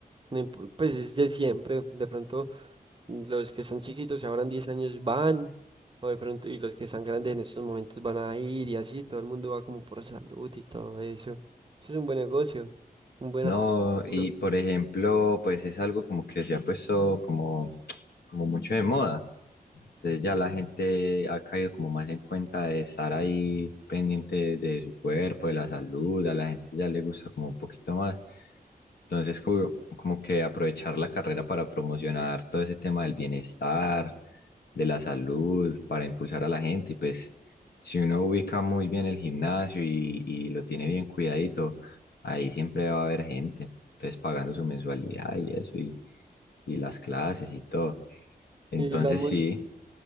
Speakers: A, on the right; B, on the left.
A: No imp- Pues es de siempre, de pronto mm, los que están chiquitos si habrán 10 años van, o de pronto, y los que están grandes en estos momentos van a ir y así, todo el mundo va como por salud y todo eso. Eso es un buen negocio, un buen
B: No,
A: apuro.
B: y por ejemplo, pues es algo como que se ha puesto como, como mucho de moda. Entonces ya la gente ha caído como más en cuenta de estar ahí pendiente de su cuerpo, de la salud, a la gente ya le gusta como un poquito más. Entonces como, como que aprovechar la carrera para promocionar todo ese tema del bienestar, de la salud, para impulsar a la gente. Y pues si uno ubica muy bien el gimnasio y, y lo tiene bien cuidadito ahí siempre va a haber gente, entonces pagando su mensualidad y eso, y, y las clases y todo. Entonces
A: Y digamos,
B: sí,